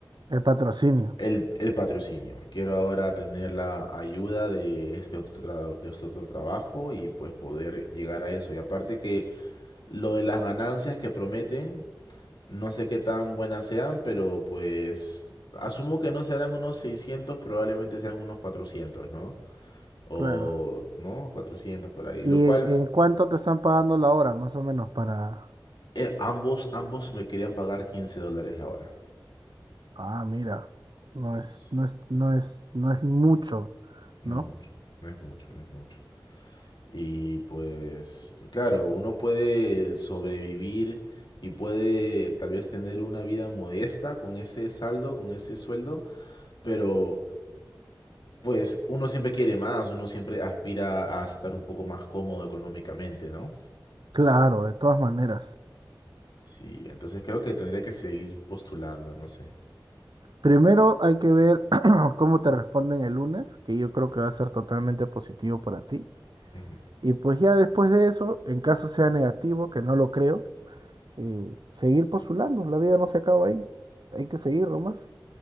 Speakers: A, on the right; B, on the left.
A: El patrocinio,
B: el, el patrocinio. Quiero ahora tener la ayuda de este otro, tra- de este otro trabajo y pues poder llegar a eso. Y aparte que lo de las ganancias que prometen, no sé qué tan buenas sean, pero pues asumo que no serán unos seiscientos probablemente sean unos cuatrocientos ¿no? O,
A: claro.
B: ¿no? cuatrocientos por ahí.
A: ¿Y
B: Lo cual,
A: en en cuánto te están pagando la hora, más o menos, para...
B: eh, ambos, ambos me querían pagar 15 dólares la hora.
A: Ah, mira, no es,
B: Sí,
A: no es, no es, no es mucho,
B: No
A: ¿no?
B: es mucho, no es mucho, no es mucho. Y pues, claro, uno puede sobrevivir y puede tal vez tener una vida modesta con ese saldo, con ese sueldo, pero Pues uno siempre quiere más, uno siempre aspira a estar un poco más cómodo económicamente, ¿no?
A: Claro, de todas maneras.
B: Sí, entonces creo que tendría que seguir postulando, no sé.
A: Primero hay que ver <clears throat> cómo te responden el lunes, que yo creo que va a ser totalmente positivo para ti.
B: Ujú.
A: Y pues ya después de eso, en caso sea negativo, que no lo creo, eh, seguir postulando. La vida no se acaba ahí. Hay que seguir nomás.